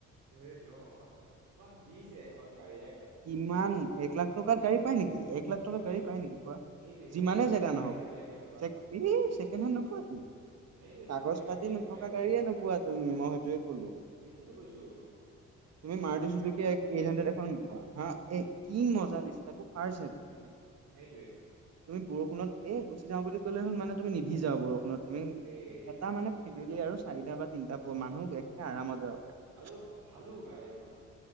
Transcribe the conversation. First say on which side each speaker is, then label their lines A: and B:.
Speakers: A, on the right (about 80°); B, on the right (about 55°).
A: সেইটো অ তোমাক দিছে এখন গাড়ীয়ে।
B: ইমান এক লাখ টকাত গাড়ী পায় নেকি? এক লাখ টকাত
A: সেইটোৱে
B: গাড়ী পায় নেকি কোৱা।
A: সেইটোৱে
B: যিমানে
A: ছেকেণ্ড হেণ্ড গাড়ীও
B: জেগা
A: নাপায়
B: নহওঁক।
A: কেতিয়াবা এক লাখ টকাত
B: এই ছেকেণ্ডহেণ্ড নোপোৱা তুমি।
A: সেইটোৱে কৈছো
B: কাগজ
A: ছেকেণ্ড
B: পাতি
A: হেণ্ড গাড়ী
B: নথকা
A: নাপায় এক লাখ
B: গাড়ীয়ে
A: টকা
B: নোপোৱা তুমি মই। সেইটোৱে ক'লো।
A: এ সেইটোতো কৈছো
B: তুমি
A: আৰু তোমাৰ
B: মাৰটি
A: এক
B: চুজুকি
A: লাখ টকাত
B: এইট
A: নেনো দিছে
B: হানডেত এখন নোপোৱা। আ এ কি মজা দিছে তাকো ফাষ্ট হেণ্ড।
A: উম সেইটোৱে
B: তুমি বৰষুণত এই গুচি যাওঁ বুলি কলে হ'ল মানে তুমি নিভিজা আৰু বৰষুণত। তুমি
A: সেইটোৱে
B: এটা মানে
A: সেইটোৱে
B: ফেমিলি আৰু চাৰিটা বা তিনিটা পোৱা মানুহ একে আৰামত যাব পাৰে।
A: আৰু ভালো গাড়ীখন।